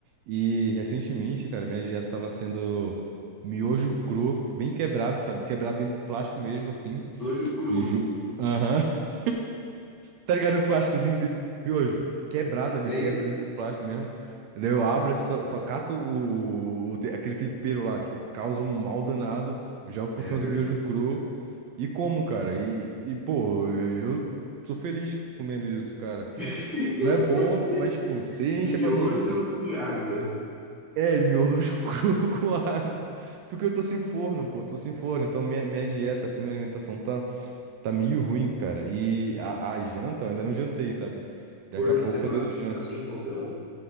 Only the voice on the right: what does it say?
E recentemente, cara, minha dieta tava sendo miojo cru, bem quebrado, sabe? Quebrado dentro do plástico mesmo, assim.
Ju... Aham. <laughs> Tá ligado? O plásticozinho de miojo. Quebrado ali,
quebra
dentro do plástico mesmo. Daí eu abro, assim, só, só cato o, o te- aquele tempero lá que causa um mal danado. Jogo por
cima
do miojo cru. E como, cara? E, e, pô, eu, eu sou feliz comendo isso, cara.
Não é bom, mas, tipo, você
enche a barriga, sabe?
É, miojo <laughs> cru com água. Porque eu tô sem forno, pô, tô sem forno. Então minha, minha dieta, assim, minha alimentação tá. Tá meio ruim, cara. E a, a janta, eu ainda não jantei, sabe? Daqui
a pouco
talvez eu
jante.